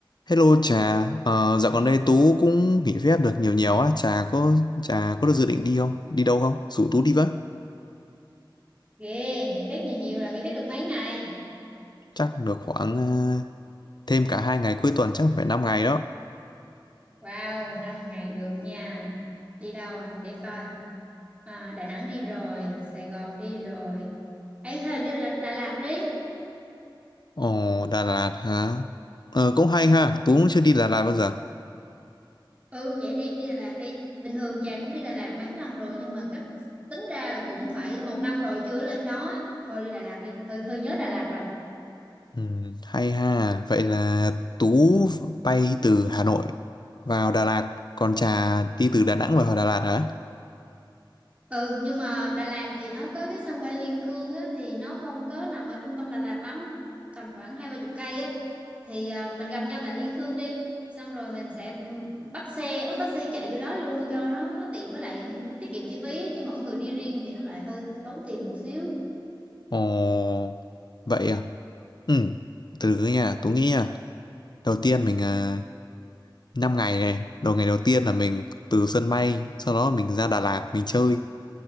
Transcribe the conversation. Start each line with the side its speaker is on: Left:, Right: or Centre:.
Left: Hello Trà, ờ, dạo gần đây Tú cũng nghỉ phép được nhiều nhiều á, Trà có Trà có được dự định đi không? Đi đâu không? Rủ Tú đi với.
Right: ghê nghỉ phép nhiều nhiều là nghỉ phép được mấy ngày
Left: Chắc được khoảng ờ, thêm cả hai ngày cuối tuần chắc phải năm ngày đó.
Right: wow 5 ngày được nha đi đâu à để coi à, Đà Nẵng đi rồi Sài Gòn đi rồi ấy hay đi Đà, Đà Lạt đi
Left: Ồ, Đà Lạt hả? Ờ, cũng hay ha, Tú cũng chưa đi Đà Lạt bao giờ.
Right: ừ vậy đi đi Đà Lạt đi bình thường Trà cũng đi Đà Lạt mấy lần rồi nhưng mà cách tính ra là cũng phải một năm rồi chưa lên đó thôi đi Đà Lạt đi hơi hơi nhớ Đà Lạt rồi
Left: Ừ, hay ha, vậy là Tú bay từ Hà Nội vào Đà Lạt, còn Trà đi từ Đà Nẵng vào Đà Lạt hả?
Right: Ừ nhưng mà Đà Lạt thì nó có cái sân bay Liên Khương á, thì nó không có nằm ở trung tâm Đà Lạt lắm tầm khoảng hai ba chục cây á thì à, mình gặp nhau tại Liên Khương đi xong rồi mình sẽ ừ, bắt xe bắt taxi chạy vô đó luôn cho nó nó tiện với lại nó tiết kiệm chi phí á. chứ mỗi người đi riêng thì nó lại hơi hơi tốn tiền một xíu
Left: Ồ, vậy à? Ừ, từ từ nha, Tú nghĩ nha. Đầu tiên mình à, 5 ngày này đầu ngày đầu tiên là mình từ sân bay sau đó mình ra Đà Lạt mình chơi